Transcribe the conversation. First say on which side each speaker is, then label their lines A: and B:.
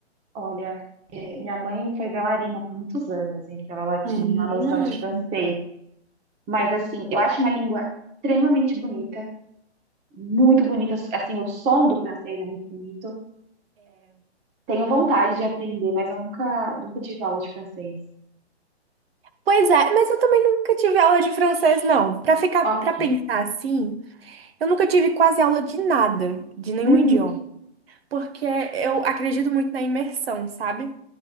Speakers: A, on the right (about 20°); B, on the right (about 60°).
A: Olha, eh, minha mãe foi bailarina por muitos anos, então ela tinha
B: Hum.
A: uma noção de francês. Mas, assim, eu acho uma língua extremamente bonita, muito bonita. Assim, o som do francês é muito bonito. Tenho vontade de aprender, mas eu nunca, nunca tive aula de francês.
B: Pois é, mas eu também nunca tive aula de francês, não. Pra ficar,
A: Ok.
B: para pensar assim, eu nunca tive quase aula de nada, de nenhum
A: Uhum,
B: idioma, porque eu acredito muito na imersão, sabe?